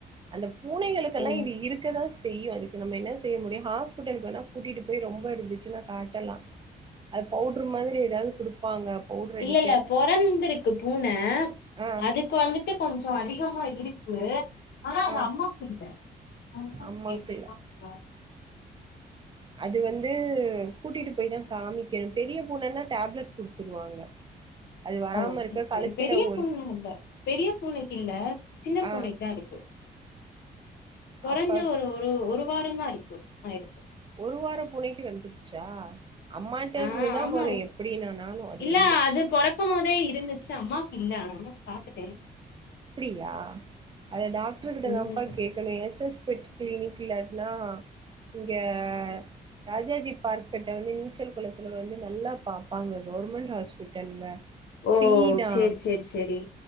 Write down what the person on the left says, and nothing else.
ஓ!
இல்ல, இல்ல பொறந்திருக்கு பூன
அதுக்கு வந்துட்டு கொஞ்சம் அதிகமா இருக்கு ஆஹ் அ
அம்மா <unintelligible>
ஓ
செரி சரி
பெரிய
பூன்ன இல்ல பெரிய பூனைக்கு இல்ல சின்ன பூண்ணனைக்கு
தான் இருக்கு கொறஞ்ச
ஒரு ஒரு ஒரு இப்பருங்கருக்கு ஆய் ருக்கு
ஆ
ஆமா.
இல்ல
அது பொறக்கும் போதே இருந்துச்சு. அம்மாக்கு இல்ல ஆனா பாத்துட்டேன்
ம்.
ஓ
செரி செரி செரி